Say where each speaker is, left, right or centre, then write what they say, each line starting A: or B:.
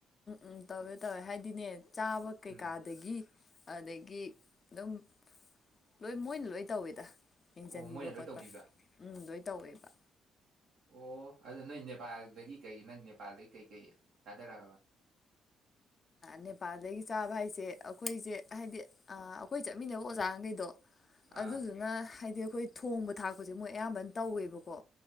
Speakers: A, on the left; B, on the right.
A: ꯎꯝ ꯇꯧꯋꯦ ꯇꯧꯋꯦ ꯍꯥꯏꯗꯤꯅꯦ ꯆꯥꯕ ꯀꯩꯀꯥꯗꯒꯤ
B: ꯎꯝ
A: ꯑꯗꯒꯤ ꯑꯗꯨꯝ ꯂꯣꯏ ꯃꯣꯏꯅ ꯂꯣꯏ ꯇꯧꯋꯦꯗ ꯌꯦꯡꯁꯤꯟꯕꯤꯕ
B: ꯑꯣ ꯃꯣꯏꯅ ꯂꯣꯏ
A: ꯈꯣꯠꯄ
B: ꯇꯧꯕꯤꯕ
A: ꯎ ꯂꯣꯏ ꯇꯧꯋꯦꯕ
B: ꯑꯣ ꯑꯗꯨ ꯅꯣꯏ ꯅꯦꯄꯥꯜꯗꯒꯤ ꯀꯩ ꯅꯪ ꯅꯦꯄꯥꯜꯗꯒꯤ ꯀꯩꯀꯩ ꯆꯥꯊꯔꯛꯑꯕ
A: ꯅꯦꯄꯥꯜꯗꯒꯤ ꯆꯥꯕ ꯍꯥꯏꯁꯦ ꯑꯩꯈꯣꯏꯁꯦ ꯍꯥꯏꯗꯤ ꯑꯥ ꯑꯩꯈꯣꯏ ꯆꯠꯃꯤꯟꯅꯕ ꯑꯣꯖꯥꯈꯩꯗꯣ
B: ꯑꯥ
A: ꯑꯗꯨꯗꯨꯅ ꯍꯥꯏꯗꯤ ꯑꯩꯈꯣꯏ ꯊꯣꯡꯕ ꯊꯥꯛꯄꯁꯦ ꯃꯣꯏ ꯑꯌꯥꯝꯕꯅ ꯇꯧꯋꯦꯕꯀꯣ